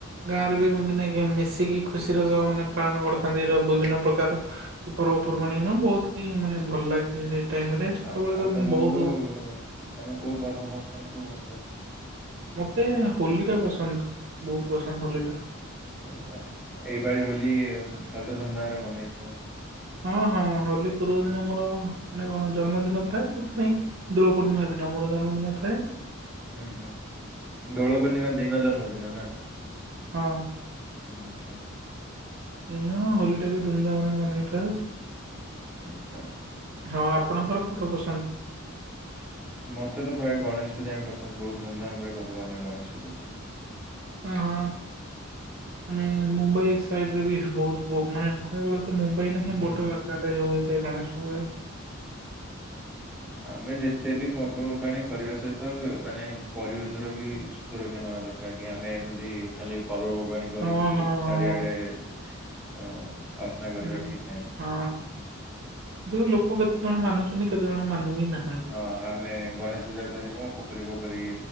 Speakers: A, on the right; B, in the centre.
A: ଗାଁରେ
B: ହୁଁ
A: ବି
B: ହୁଁ।
A: ମିଶ ସେତିକି ଖୁସିର ମାନେ ପାଳନ କରିଥାନ୍ତି ବିଭିନ୍ନ ପ୍ରକାର ପର୍ବପର୍ବାଣି ମାନ ବହୁତ କି ମାନେ ଭଲ ଲାଗେ ସେଇ ଟାଇମ ରେ ଛୋଟବେଳେ
B: ଆଉ
A: ତ
B: ତମକୁ
A: ମୁଁ ବହୁତ
B: ତମକୁ କୋଉ ପର୍ବ ପସନ୍ଦ କୋଉ ପର୍ବ?
A: ମତେ ହୋଲି ଟା ପସନ୍ଦ ବହୁତ ପସନ୍ଦ ହୋଲିଟା।
B: ଆଛା ଏଇପାଳି ହୋଲି ତାହଲେ ତ ଧୁମଧାମରେ ମନେଇଥିବ।
A: ହଁ ହଁ ହୋଲି ପୂର୍ବ ଦିନ ମୋର ମାନେ କଣ ଜନ୍ମଦିନ ଥାଏ ସେଥିପାଇଁ ଦ୍ରୌପଦୀମ ଦିନ ଅମର ଜନ୍ମଦିନଥାଏ
B: ଉହୁଁ ଦୋଳ ପୂର୍ଣ୍ଣିମା ଦିନ ଜନ୍ମଦିନ ନା
A: ହଁ
B: ଆଛା।
A: ଏଇଆ ହୋଲିଟା ବି ଧୁମଧାମରେ ମନେଇଥାଉ।
B: ଆଛା।
A: ହଁ ଆପଣଙ୍କର କୋଉଟା ପସନ୍ଦ?
B: ମତେ ତ ପ୍ରାୟ ଗଣେଶ ପୂଜା ହିଁ ପସନ୍ଦ ବହୁତ ଧୁମଧାମ ରେ କରୁ ଆମେ ଗଣେଶ ପୂଜା
A: ଅ ହଁ ମାନେ ମୁମ୍ବାଇ ପ୍ଲାଇଟରେ ବି ବହୁତ ମାନେ କ ତ ମୁମ୍ବାଇ ନାହିଁ
B: ହୁଁ
A: ବୋଡ ଆକାରରେ ହୋଇଥାଏ ଗଣେଶ ପଜା
B: ଆମେ ଯେ ତେ ବି ପର୍ବପର୍ବାଣୀ କରିବା ସହିତ ମାନେ ପରିବେଶର ବି ସୁରକ୍ଷା ନେବା ଦରକାର କି ଆମେ ଏମିତି ଖାଲି ପର୍ବପର୍ବାଣୀ କରିକି
A: ହଁ ହଁ ହଁ
B: ଚାରିଆଡେ ଅ ଅସ୍ନା କରିବା
A: ହୁଁ
B: ଠିକ ନାହିଁ।
A: ହଁ ଦେଖୁ ଲୋକ କେତେ ଜଣ ମାନୁଛନ୍ତି କେତେ ଜଣ ମାନୁ ବିି ନାହା
B: ହଁ ଆମେ ଗଣେଶ ପୂଜା କର ପୋଖରୀ ପୋଖରୀ